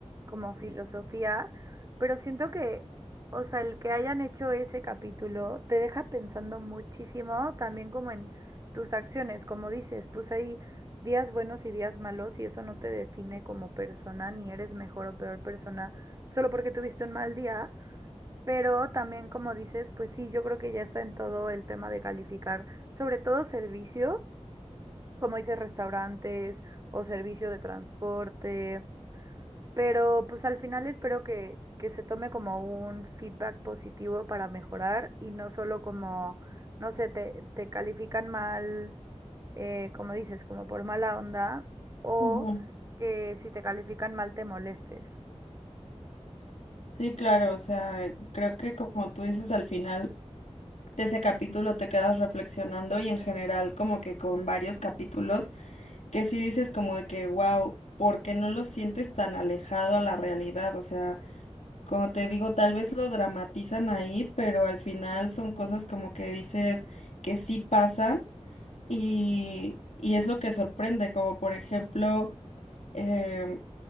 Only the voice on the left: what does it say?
Ujú.
Sí, claro, o sea, creo que como tú dices al final de ese capítulo te quedas reflexionando y en general como que con varios capítulos que sí dices como de que, wow, porque no lo sientes tan alejado a la realidad? O sea, como te digo, tal vez lo dramatizan ahí, pero al final son cosas como que dices que sí pasan y, y es lo que sorprende, como por ejemplo, em,